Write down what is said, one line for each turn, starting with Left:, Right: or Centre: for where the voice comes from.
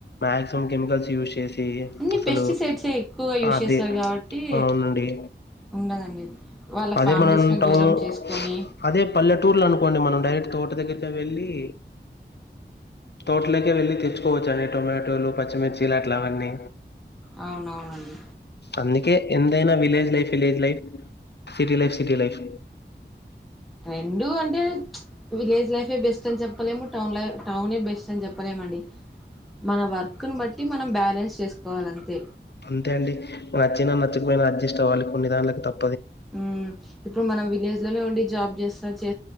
Left: మాక్సిమం కెమికల్స్ యూస్ చే ఏ
Centre: అన్ని
Left: అసలు
Centre: పెస్టిసైడ్సే ఎక్కువగా యూజ్
Left: ఆది
Centre: చేస్తారు కాబట్టి
Left: అవునండి
Centre: ఉండదండి వాళ్ళ
Left: అదే
Centre: ఫ్యామిలీస్
Left: మనం
Centre: ని
Left: టౌన్
Centre: దూరం చేసుకొని
Left: అదే పల్లెటూర్లు అనుకోండి మనం డైరెక్ట్ తోట దగ్గర వెళ్ళి తోట్లేకె వెళ్ళి తెచ్ తెచుకోవచ్చు అండి టొమాటోలు పచ్చిమిర్చిలు అట్లా అవన్నీ
Centre: అవునవునండి
Left: అందుకే ఎంతైనా village life village life city life city life
Centre: రెండూ అంటే విలేజ్ లైఫే బెస్ట్ అని చెప్పలేము టౌన్ లై టౌనే బెస్ట్ అని చెప్పలేముండి మన వర్క్ను బట్టి మనం బ్యాలెన్స్ చేసుకోవాలి అంతే
Left: అంతే అండి నచ్చినా నచ్చకపోయినా అడ్జస్ట్వ్వి కొన్ని ధన్లకి తప్ప
Centre: ఉమ్ ఇప్పుడు మనం విలేజ్ లోనే ఉండి జాబ్ చేస్తా చే